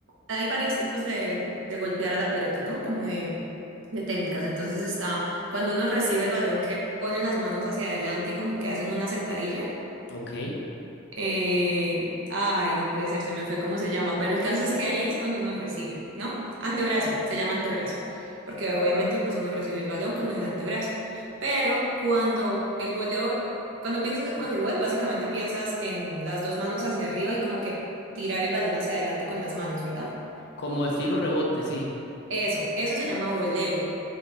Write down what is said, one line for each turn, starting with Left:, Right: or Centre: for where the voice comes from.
Right: hay varios tipos de, de golpear a la pelota, ¿no? Como de, de técnicas. Entonces está cuando uno recibe el balón que ponen las manos hacia adelante y como que hacen una sentadilla.
Left: Ok.
Right: Eh, ay, no puede ser, se me fue cómo se llama, pero el caso es que ahí es cuando uno recibe, ¿no? Antebrazo, se llama antebrazo, porque obviamente pues uno recibe el balón con el antebrazo, pero cuando el voleo, cuando piensas en voleibol, básicamente piensas en las dos manos hacia arriba y como que tirar el balón hacia adelante con las manos, ¿verdad?
Left: Como estilo rebote, sí.
Right: Eso, eso se llama voleo